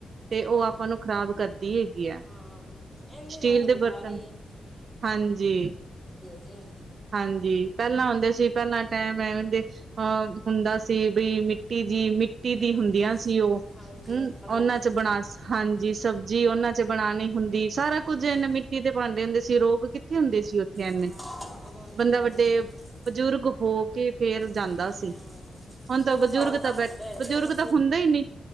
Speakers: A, in the centre; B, on the right.
A: ਹੂੰ
B: ਤੇ ਓ
A: ਹੂੰ
B: ਆਪਾਂ ਨੂੰ ਖ਼ਰਾਬ ਕਰਦੀ ਹੈਗੀ ਐਂ।
A: ਹਾਂ ਇਹਦੇ
B: ਸਟੀਲ
A: ਨਾਲ ਤਾਂ
B: ਦੇ
A: ਬਿਮਾਰੀ
B: ਬਰਤਨ, ਹਾਂਜੀ।
A: ਜੀਏ।
B: ਹਾਂਜੀ, ਪੈਲਾਂ ਆਉਂਦੇ ਸੀ ਪੈਲਾਂ। ਟੈਮ ਐਵੇ ਦੇ ਅਹ ਹੁੰਦਾ ਸੀ ਬਈ ਮਿੱਟੀ ਜਿ ਮਿ ਟੀ ਦੀ
A: ਹਾਂਜੀ
B: ਹੁੰਦੀਆਂ ਸੀ ਓ
A: ਹਾਂਜੀ
B: ਹੂੰ
A: ਕੜਾਈਆਂ
B: ਓਨਾਂ ਚ ਬਣਾ ਸ ਹਾਂਜੀ ਸਬਜ਼ੀ ਓਨਾਂ ਚ ਬਣਾਣੀ ਹੁੰਦੀ ਸਾਰਾ
A: ਹਮ,
B: ਕੁੱਝ ਏਨੇ ਮਿੱਟੀ ਤੇ‌ ਪਾਂਡੇ ਹੁੰਦੇ ਸੀ ਰੋਗ ਕਿੱਥੇ ਹੁੰਦੇ ਸੀ। ਓਥੇ ਏਨੇ
A: ਹਾਂ ਉਦੋਂ ਇੰਨੇ
B: ਬੰਦਾ
A: ਰੋਗ
B: ਵੱਡੇ
A: ਨਹੀਂ ਹੁੰਦੇ ਸੀ
B: ਬਜ਼ੁਰਗ ਹੋ ਕੇ ਫੇਰ ਜਾਦਾ
A: ਹਮ
B: ਸੀ, ਹੁਣ ਤਾਂ ਬਜ਼ੁਰਗ
A: ਸਾਲ ਦਾ
B: ਤਾਂ
A: ਹੁੰਦਾ
B: ਬੈਠ
A: ਹੈ ਜੀ
B: ਬਜ਼ੁਰਗ
A: ਉਦੋਂ
B: ਤਾਂ ਹੁੰਦੇ ਈ ਨੀ।